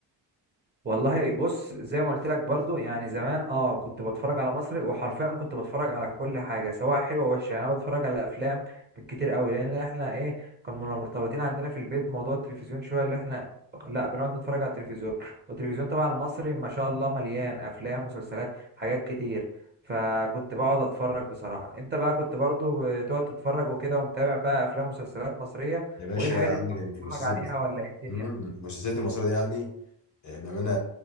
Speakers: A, on the right; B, on the left.
A: والله بص زي ما قلت لك برضو يعني زمان اه كنت بتفرج على مصري وحرفيا كنت بتفرج على كل حاجه سواء حلوه ووحشه يعني انا بتفرج على افلام من كتير قوي لان احنا ايه كنا مرتبطين عندنا في البيت موضوع التلفزيون شويه اللي احنا لا بنقعد نتفرج على التلفزيون والتلفزيون طبعا المصري ما شاء الله مليان افلام مسلسلات حاجات كتير فكنت بقعد اتفرج بصراحه انت بقى كنت برضو بتقعد تتفرج وكده ومتابع بقى افلام ومسلسلات مصريه
B: يا باشا
A: وايه الحاجات
B: عندك
A: اللي انت كنت بتتفرج
B: المسلسلات
A: عليها ولا ايه الدنيا
B: مم، المسلسلات المصرية دي يعني آه، بأمانة